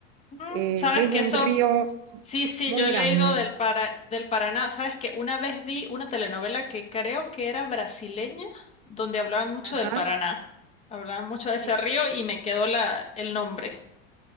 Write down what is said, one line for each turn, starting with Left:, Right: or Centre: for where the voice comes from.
Left: Mm,
Right: eh,
Left: ¿Sabes
Right: que es
Left: que
Right: un
Left: eso?
Right: río
Left: Sí, sí,
Right: muy
Left: yo he
Right: grande.
Left: leído del, para, del Paraná. ¿Sabes que Una vez vi una telenovela que creo que era brasileña, donde hablaban mucho
Right: Ajá.
Left: del Paraná. Hablaban mucho de ese
Right: Y,
Left: río y me
Right: y-
Left: quedó la, el nombre.